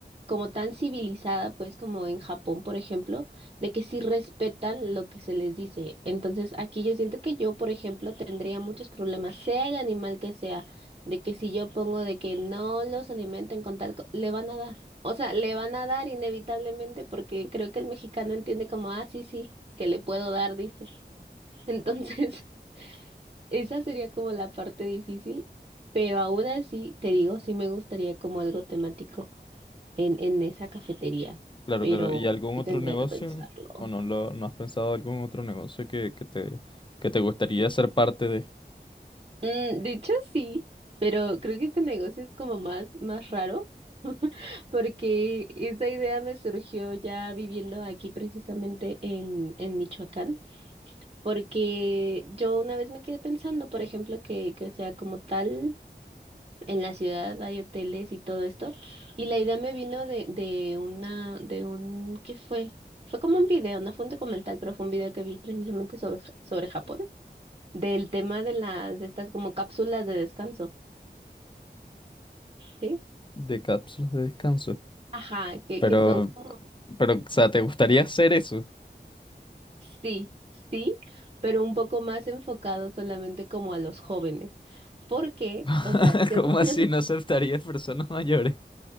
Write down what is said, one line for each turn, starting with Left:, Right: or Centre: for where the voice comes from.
Right: como tan civilizada, pues, como en Japón, por ejemplo, de que sí respetan lo que se les dice. Entonces, aquí yo siento que yo, por ejemplo, tendría muchos problemas, sea el animal que sea, de que si yo pongo de que no los alimenten con tal, co- le van a dar. O sea, le van a dar inevitablemente porque creo que el mexicano entiende como, ah, sí, sí, que le puedo dar, dice. <laughs> Entonces... Esa sería como la parte difícil, pero aún así, te digo, sí me gustaría como algo temático en, en esa cafetería,
Left: Claro,
Right: pero
Left: claro. ¿Y algún
Right: sí
Left: otro
Right: tendría
Left: negocio?
Right: que pensarlo.
Left: ¿O no lo, no has pensado algún otro negocio que, que te, que te gustaría ser parte de,
Right: Mm, de hecho, sí, pero creo que este negocio es como más, más raro, <laughs> porque esa idea me surgió ya viviendo aquí precisamente en, en Michoacán, porque yo una vez me quedé pensando, por ejemplo, que, que o sea como tal. en la ciudad hay hoteles y todo esto. Y la idea me vino de, de una, de un, ¿qué fue? Fue como un video, no fue un documental, pero fue un video que vi precisamente sobre, sobre Japón, del tema de las, de estas como cápsulas de descanso, ¿sí?
Left: de cápsulas de descanso?
Right: Ajá, que,
Left: Pero
Right: que son como,
Left: Pero, o sea, ¿te gustaría hacer eso?
Right: sí, sí, pero un poco más enfocado solamente como a los jóvenes. Porque, o
Left: <laughs>
Right: sea, yo,
Left: ¿Cómo
Right: <laughs>
Left: así no aceptarías personas mayores?